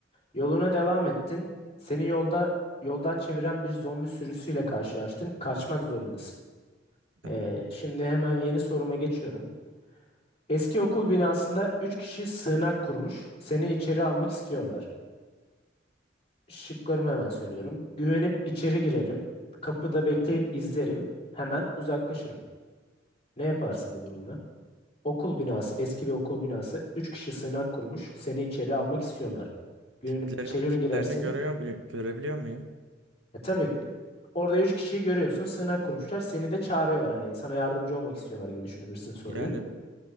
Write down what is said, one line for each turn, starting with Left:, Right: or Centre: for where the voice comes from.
Left: Yoluna devam ettin. Seni yolda yoldan çeviren bir zombi sürüsüyle karşılaştın. Kaçmak zorundasın.
Right: Tamam.
Left: Ee, şimdi hemen yeni soruma geçiyorum. Eski okul binasında 3 kişi sığınak kurmuş. Seni içeri almak istiyorlar. Şıklarımı hemen söylüyorum. Güvenip içeri girerim. Kapıda bekleyip izlerim. Hemen uzaklaşırım. Ne yaparsın bu durumda? Okul binası, eski bir okul binası. Üç kişi sığınak kurmuş. Seni içeri almak istiyorlar. Görünüp
Right: Tiplerini
Left: içeri
Right: tiplerini
Left: mi girersin?
Right: görüyor, görebiliyor muyum?
Left: E tabii. Orada üç kişiyi görüyorsun. Sığınak kurmuşlar. Seni de çağırıyorlar hani sana yardımcı olmak istiyorlar gibi düşünebilirsin soruyu.
Right: Yani